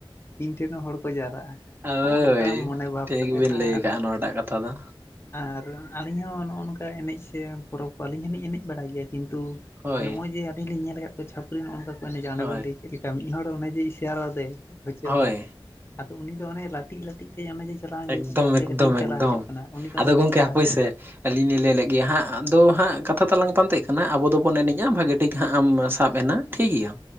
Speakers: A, on the left; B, on the right.
A: ᱤᱧ ᱴᱷᱮᱱ ᱦᱚᱸ ᱦᱚᱲ ᱠᱚ ᱡᱟᱣᱨᱟᱜᱼᱟ,
B: ᱦᱳᱭ
A: ᱱᱚᱜᱼᱱᱚᱝᱠᱟ ᱢᱚᱱᱮ ᱵᱷᱟᱵᱽ
B: ᱴᱷᱤᱠ
A: ᱠᱟᱛᱮᱫ
B: ᱵᱤᱱ ᱞᱟᱹᱭ
A: ᱟᱨ
B: ᱟᱠᱟᱜᱼᱟ ᱱᱚᱣᱟᱴᱟᱜ ᱠᱟᱛᱷᱟ ᱫᱚ
A: ᱟᱨ ᱟᱹᱞᱤᱧ ᱦᱚᱸ ᱱᱚᱜᱼᱱᱚᱝᱠᱟ ᱮᱱᱮᱡ ᱥᱮ ᱯᱚᱨᱚᱵᱽ ᱠᱚ ᱟᱹᱞᱤᱧ ᱦᱚᱸᱞᱤᱧ ᱮᱱᱮᱡᱽ ᱵᱟᱲᱟᱭ ᱜᱮᱭᱟ ᱠᱤᱱᱛᱩ
B: ᱦᱳᱭ
A: ᱱᱚᱜᱼᱚᱭ ᱡᱮ ᱟᱹᱞᱤᱧ ᱞᱤᱧ ᱧᱮᱞ ᱟᱠᱟᱫ ᱠᱚᱣᱟ ᱪᱷᱟᱯᱨᱤ ᱱᱚᱜᱼᱱᱚᱝᱠᱟ ᱠᱚ ᱮᱱᱮᱡᱼᱟ ᱚᱸᱰᱮ
B: ᱦᱳᱭ
A: ᱵᱮᱱ ᱞᱟᱹᱭ ᱠᱮᱫ ᱞᱮᱠᱟ ᱢᱤᱫ ᱦᱚᱲ ᱚᱱᱮᱡᱮ ᱤᱥᱟᱨᱟ ᱟᱫᱮ ᱦᱚᱪᱟᱹ
B: ᱦᱳᱭ
A: ᱛᱮ ᱟᱫᱚ ᱩᱱᱤ ᱫᱚ ᱚᱱᱮ ᱞᱟᱹᱴᱤᱡᱼ ᱞᱟᱹᱴᱤᱡ ᱛᱮ ᱚᱱᱮ ᱡᱮ ᱪᱟᱞᱟᱣ ᱤᱧ
B: ᱮᱠᱫᱚᱢᱼᱮᱠᱫᱚᱢᱼᱮᱠᱫᱚᱢ
A: ᱞᱟᱹᱭ ᱠᱮᱫᱟ ᱦᱟᱯᱮ ᱠᱟᱹᱴᱤᱡ ᱤᱧ ᱪᱟᱞᱟᱣ ᱦᱤᱡᱩᱜ ᱠᱟᱱᱟ ᱩᱱᱤ ᱫᱚ
B: ᱟᱫᱚ
A: ᱚᱸᱰᱮ ᱜᱮ
B: ᱜᱚᱢᱠᱮ
A: ᱪᱟᱞᱟᱜ
B: ᱦᱟᱯᱮ ᱥᱮ ᱟᱹᱞᱤᱧ ᱞᱤᱧ ᱞᱟᱹᱭ ᱞᱮᱜᱟ ᱦᱟᱸᱜ, ᱟᱫᱚ ᱦᱟᱸᱜ ᱠᱟᱛᱷᱟ ᱛᱟᱞᱟᱝ ᱯᱟᱱᱛᱮᱜ ᱠᱟᱱᱟ ᱟᱵᱚ ᱫᱚᱵᱚᱱ ᱮᱱᱮᱡᱽᱼᱟ, ᱵᱷᱟᱜᱤ ᱴᱷᱤᱠ ᱦᱟᱸᱜ ᱟᱢᱥᱼᱼ ᱟᱵᱽ ᱮᱱᱟ ᱴᱷᱤᱠ ᱜᱮᱭᱟ᱾